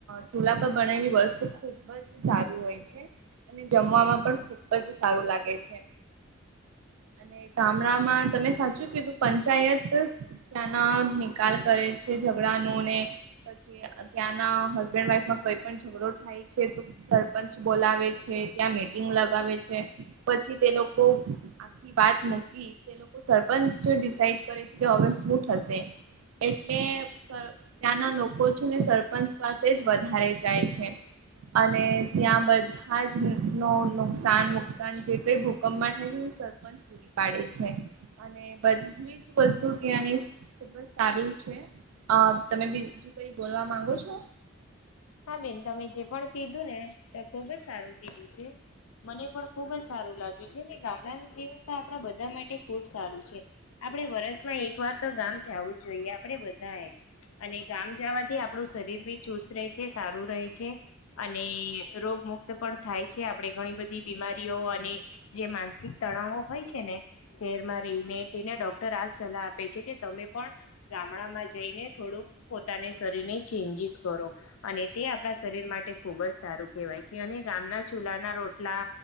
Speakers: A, on the right; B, on the left.
A: ચૂલા પર બનાવેલી વસ્તુ ખુબ જ સારું હોય છે. અને જમવામાં પણ ખુબ જ સારું લાગે છે. ને ગામડામાં તમે સાચું કીધું પંચાયત ત્યાંના નિકાલ કરે છે ઝઘડા નુ ને પછી ત્યાં ના હસબેન્ડ વાઈફ કઈ પણ ઝઘડો થાય તો સરપંચ બોલાવે છે ત્યાં મીટિંગ લગાવે છે. પછી તે લોકો આખી વાત મૂકી સરપંચ ડિસાઇડ કરે કે હવે શું થશે એટલે ત્યાંના લોકો છે ને સરપંચ પાસે જ વધારે જાય છે. અને ત્યાં બધ હાજ નો નુકસાન નુકસાન કઈ ભૂકંપમાં થાય સરપંચ પૂરી પાડે છે અને બધી જ વસ્તુ ત્યાંની બસ સારું છે તમે બીજું કઈ બોલવા માંગો છો?
B: હા બેન તમે જે પણ કીધું ને તે ખુબ જ સારું કીધું છે. મને પણ ખુબ જ સારું લાગ્યું છે ગામડાનું જીવન તો આપણા બધા માટે ખુબ સારું છે. આપડે વરષમાં એક વાર તો ગામ જાવું જ જોઈએ આપડે બધાએ અને ગામ જવાથી આપણું શરીર બી ચુસ્ત રહે છે સારું રહે છે. અને રોગ મુક્ત પણ થાય છે આપણે ઘણી બધી બીમારીઓ અને જે માનસિક તણાવો હોય છે ને શહેરમાં રહીને તેને ડોક્ટર આજ સલાહ આપે છે કે તમે પણ ગામડા માં જઈને થોડુંક પોતાની શરીર ને ચેન્જીસ કરો અને તે આપણા શરીર માટે ખુબ જ સારું કહેવાય છે અને ગામના ચૂલાના રોટલા